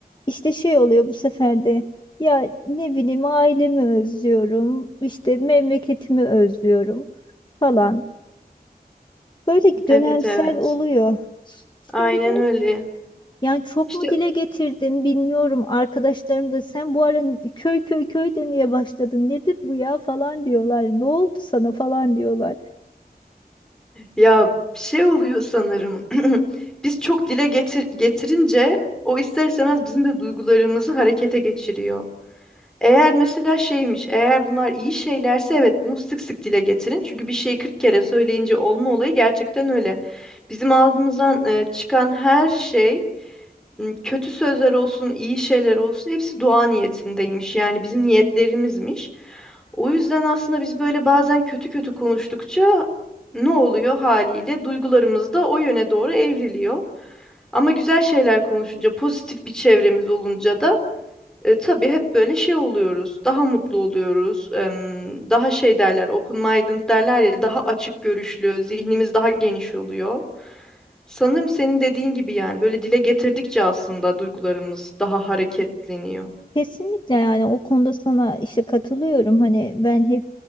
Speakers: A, on the left; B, in the centre.
A: işte şey oluyor bu sefer de. Ya ne bileyim ailemi özlüyorum, işte memleketimi özlüyorum falan. Böyle
B: Evet,
A: dönemsel
B: evet.
A: oluyor.
B: Aynen
A: Şimdi de
B: öyle.
A: yani çok
B: İşte
A: mu dile getirdim bilmiyorum. Arkadaşlarım da sen bu ara köy köy köy demeye başladın. Nedir bu ya falan diyorlar. Ne oldu sana falan diyorlar.
B: ya şey oluyor sanırım. <clears throat> Biz çok dile getir- getirince o ister istemez bizim de duygularımızı harekete geçiriyor. Eğer mesela şeymiş, eğer bunlar iyi şeylerse evet bunu sık sık dile getirin. Çünkü bir şeyi 40 kere söyleyince olma olayı gerçekten öyle. Bizim ağzımızdan e, çıkan her şey m, kötü sözler olsun, iyi şeyler olsun hepsi dua niyetindeymiş. Yani bizim niyetlerimizmiş. O yüzden aslında biz böyle bazen kötü kötü konuştukça ne oluyor haliyle? Duygularımız da o yöne doğru evriliyor. Ama güzel şeyler konuşunca, pozitif bir çevremiz olunca da e, tabii hep böyle şey oluyoruz, daha mutlu oluyoruz, em, daha şey derler, open minded derler ya, daha açık görüşlü, zihnimiz daha geniş oluyor. Sanırım senin dediğin gibi yani böyle dile getirdikçe aslında duygularımız daha hareketleniyor.
A: Kesinlikle yani o konuda sana işte katılıyorum. Hani ben hep